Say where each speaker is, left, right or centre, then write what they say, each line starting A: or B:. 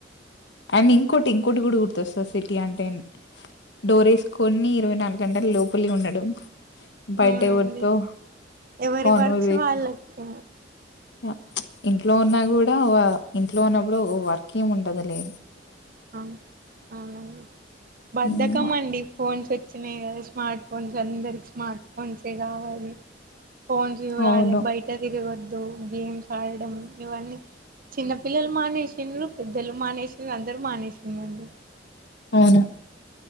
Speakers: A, on the left; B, on the right.
A: అండ్ ఇంకోటి ఇంకోటి గూడ గుర్తొస్తది సిటీ అంటేన్ డోరేస్కొని ఇరవై నాలుగంటల్ లోపలే ఉండడం. బైటెవర్తో
B: అవునండి ఎవరి
A: కాన్వర్జేషన్
B: వర్క్స్ వాళ్ళకి
A: య ప్చ్ ఇంట్లో ఉన్నా గూడా వ ఇంట్లో ఉన్నప్పుడు వర్కేముండదు లె.
B: ఔ ఔనండి బద్దకమండి
A: ఉమ్,
B: ఫోన్సొచ్చినాయ్ గద స్మాట్ ఫోన్సందర్కి స్మార్ట్ ఫోన్సె గావాలి ఫోన్స్ జూడాలె
A: అవును
B: బైట తిరిగొద్ దు గేమ్సాడడం ఇవన్ని చిన్న పిల్లల్ మానేషిండ్రు పెద్దలు మానేషిల్లు అందర్ మానేషిండ్రండి.
A: ఔన